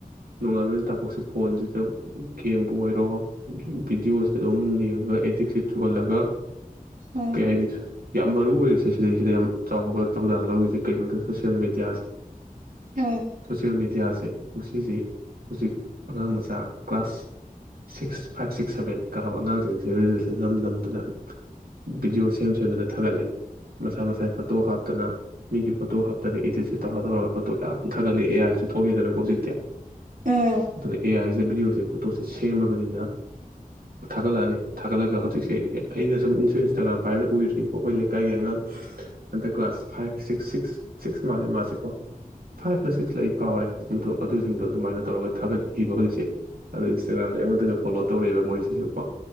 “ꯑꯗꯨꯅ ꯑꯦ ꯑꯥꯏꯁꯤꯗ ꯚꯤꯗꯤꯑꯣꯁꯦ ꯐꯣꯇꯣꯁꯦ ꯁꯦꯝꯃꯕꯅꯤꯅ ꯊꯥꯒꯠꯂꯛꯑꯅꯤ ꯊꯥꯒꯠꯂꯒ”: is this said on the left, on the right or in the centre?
Right